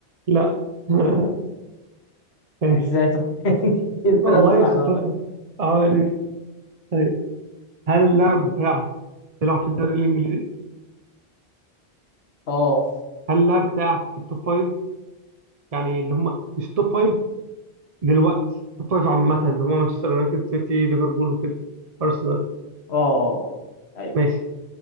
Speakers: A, on the right; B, on the left.
A: لا <laughs> ماشي
B: ازاي طب <laughs> إيه الفرقه
A: والله
B: اللي بتروح
A: يا ستات
B: عليها طيب
A: اه ليه؟ طيب هل اللاعب بتاعك بيلعب في الدوري الانجليزي
B: اه
A: هل اللاعب بتاعك في التوب فايف يعني اللي هم مش توب فايف دلوقتي توب فايف عامة اللي هو مانشستر يونايتد سيتي ليفربول وكده أرسنال
B: اه ايوه
A: ماشي